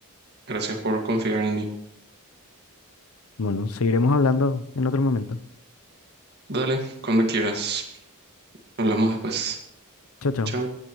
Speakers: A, on the right; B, on the left.
A: Gracias por confiar en mí.
B: Bueno, seguiremos hablando en otro momento.
A: Dale, cuando quieras. Hablamos después.
B: Chao, chao.
A: Chao.